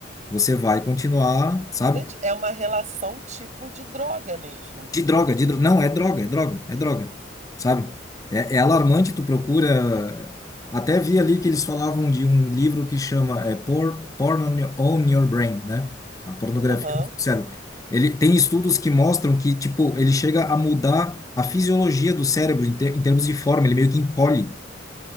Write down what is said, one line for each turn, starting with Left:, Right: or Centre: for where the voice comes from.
Left: você vai continuar, sabe?
Right: Gente, é uma relação tipo de droga mesmo.
Left: De droga, de droga. Não, é droga, é droga, é droga. Sabe? É, é alarmante, tu procura. Até vi ali que eles falavam de um livro que chama é, Por- Porn on Your on Your Brain, né? A pornografia
Right: Aham.
Left: no seu cérebro. Ele tem estudos que mostram que, tipo, ele chega a mudar a fisiologia do cérebro em, ter- em termos de forma, ele meio que encolhe.